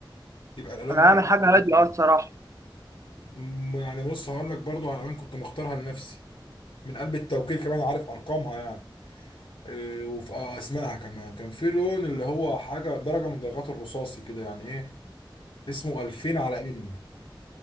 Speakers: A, on the left; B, on the right.
A: يبقى الالوان
B: انا
A: برضه
B: هعمل
A: بتكون
B: حاجه
A: معاك
B: هاديه
A: جامد.
B: اه الصراحه
A: م- يعني بص هقول لك برضه على الوان كنت مختارها لنفسي من قلب التوكيل كمان عارف ارقامها يعني إيه وفي اسمائها كمان كان في لون اللي هو حاجه درجه من درجات الرصاصي كده يعني ايه اسمه 2000 على ان